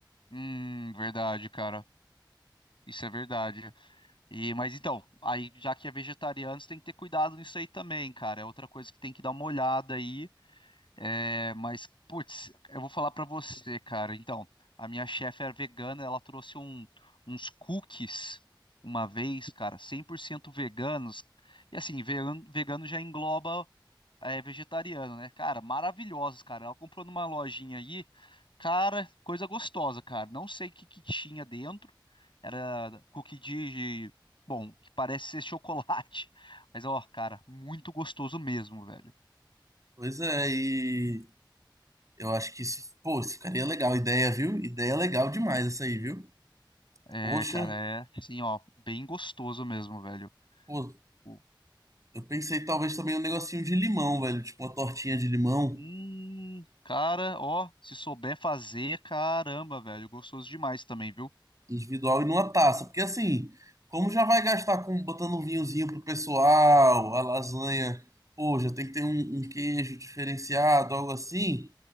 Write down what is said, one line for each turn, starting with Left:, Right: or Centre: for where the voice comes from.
Left: Hum, verdade, cara. Isso é verdade. E, mas então, aí já que é vegetariano, você tem que ter cuidado nisso aí também, cara. É outra coisa que tem que dar uma olhada aí. É, mas, putz, eu vou falar pra você, cara. Então, a minha chefe era vegana, ela trouxe um- uns cookies uma vez, cara, 100% veganos. E assim, vegan- vegano já engloba é vegetariano, né? Cara, maravilhosos, cara. Ela comprou numa lojinha aí, cara, coisa gostosa, cara. Não sei o que que tinha dentro. Era cookie de, bom, que parece ser chocolate. <laughs> Mas ó, cara, muito gostoso mesmo, velho.
Right: Pois é, e eu acho que isso, pô, isso ficaria legal, ideia, viu? Ideia legal demais essa aí, viu?
Left: É,
Right: Poxa,
Left: cara, é assim, ó, bem gostoso mesmo, velho.
Right: pô,
Left: O-
Right: eu pensei talvez também um negocinho de limão, velho, tipo uma tortinha de limão.
Left: Hum, cara, ó, se souber fazer, caramba, velho, gostoso demais também, viu?
Right: individual e numa taça. Porque assim, como já vai gastar com botando um vinhozinho pro pessoal, a lasanha, pô, já tem que ter um, um queijo diferenciado, algo assim.